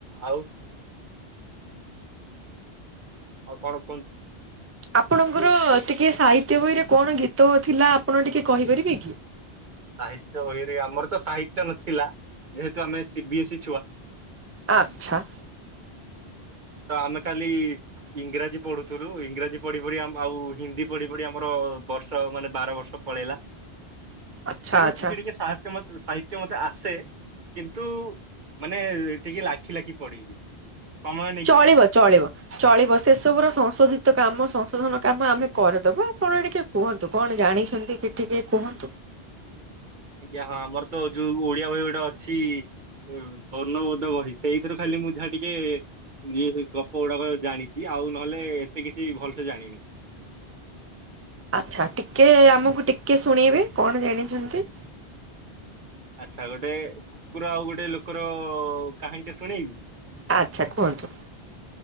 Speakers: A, on the right; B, on the right.
A: ଆଉ ଆଉ କଣ କୁହନ୍ତୁ?
B: ଆପଣଙ୍କର ଟିକେ ସାହିତ୍ୟ ବହିରେ କଣ ଗୀତ ଥିଲା ଆପଣ ଟିକେ କହିପାରିବେ କି?
A: ସାହିତ୍ୟ ବହିରେ ଆମର ତ ସାହିତ୍ୟ ନ ଥିଲା ଯେହେତୁ ଆମେ ଶି ବି ଏ ସି ଇ ଛୁଆ।
B: ଆଛା।
A: ତ ଆମେ ଖାଲି ଇଂରାଜୀ ପଢୁଥିଲୁ ଇଂରାଜୀ ପଢି ପଢିଆମ ଆଉ ହିନ୍ଦୀ ପଢି ପଢି ଆମର ବର୍ଷ ମାନେ ବାର ବର୍ଷ ପଳେଇଲା।
B: ଆଚ୍ଛା
A: ଫିର୍ ବି
B: ଆଚ୍ଛା
A: ଟିକେ ଟିକେ ସାହା ସାହିତ୍ୟ ମତେ ଆସେ କିନ୍ତୁ ମାନେ ଟିକେ ଲାଖି ଲାଖି ପଢ଼ିବି। ସମୟ।
B: ଚଳିବ ଚଳିବ। ଚଳିବ ସେ ସବୁର ସଂଶୋଧିତ କାମ ସଂଶୋଧନ କାମ ଆମେ କରିଦବୁ ଆପଣ ଟିକେ କୁହନ୍ତୁ କଣ ଜାଣିଛନ୍ତି କି ଟିକେ କୁହନ୍ତୁ?
A: ଆଜ୍ଞା ହଁ ଆମର ତ ଯୋଉ ଓଡିଆ ବହି ଗୋଟେ ଅଛି। ଇଁ ବର୍ଣ୍ଣବୋଧ ବହି ସେଇଥିରୁ ଖାଲି ମୁଁ ଯାହା ଟିକେ ଇଏ ସେ ଗପ ଗୁଡାକ ଜାଣିଚି ଆଉ ନହେଲେ ଏତେ କିଛି ଭଲସେ ଜାଣିନି।
B: ଆଚ୍ଛା ଟିକେ ଆମକୁ ଟିକେ ଶୁଣେଇବେ କଣ ଜାଣିଛନ୍ତି?
A: ଆଚ୍ଛା ଗୋଟେ କୁକୁର ଆଉ ଗୋଟେ ଲୋକର କାହାଣୀ ଟେ ଶୁଣେଇବି।
B: ଆଚ୍ଛା କୁହନ୍ତୁ।